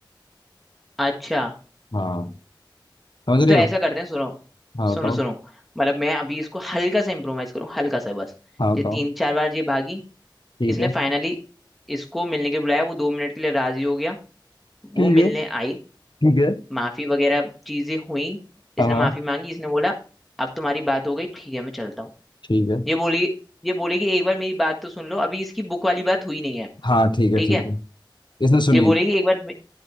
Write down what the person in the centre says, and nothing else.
अच्छा
तो ऐसा
करते हैं सुनो
सुनो
सुनो मतलब मैं अभी इसको हल्का सा इम्प्रोवाइज करूँ हल्का सा बस
ये
तीन चार बार ये भागी
इसने
फाइनली इसको मिलने के लिए बुलाया वो दो मिनट के लिए राजी हो गया वो
मिलने
आई
माफी वगैरह चीजें हुई
इसने
माफी मांगी इसने बोला अब तुम्हारी बात हो गई ठीक है मैं चलता हूँ
ये बोली ये बोलेगी एक बार मेरी बात तो सुन लो अभी इसकी बुक वाली बात हुई नहीं है
ठीक
है
ये बोलेगी एक बार मे-